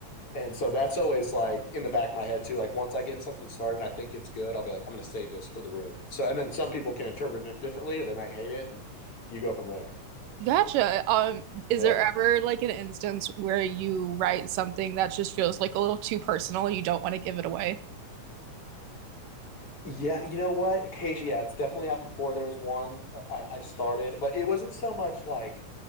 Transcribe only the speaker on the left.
And so that's always like in the back of my head too. Like once I get something started and I think it's good, I'll be like, I'm going to save this for the room. So, and then some people can interpret it differently or they might hate it and you go from there.
Yeah.
Yeah, you know what? Occasionally, yeah, it's definitely happened before. There was one uh, I, I started, but it wasn't so much like